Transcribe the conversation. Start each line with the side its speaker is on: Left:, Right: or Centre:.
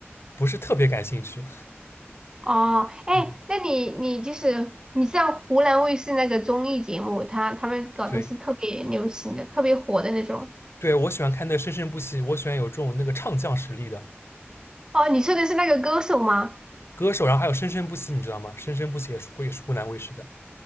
Left: 不是特别感兴趣。
Right: 哦，哎，
Left: 嗯，
Right: 那你你就是你知道湖南卫视那个综艺节目，他他们搞的是特别流行的、
Left: 对。
Right: 特别火的那种。
Left: 对我喜欢看那个生生不息，我喜欢有这种那个唱将实力的
Right: 哦，你说的是那个歌手吗？
Left: 歌手，然后还有生生不息，你知道吗？生生不息也是会也是湖南卫视的，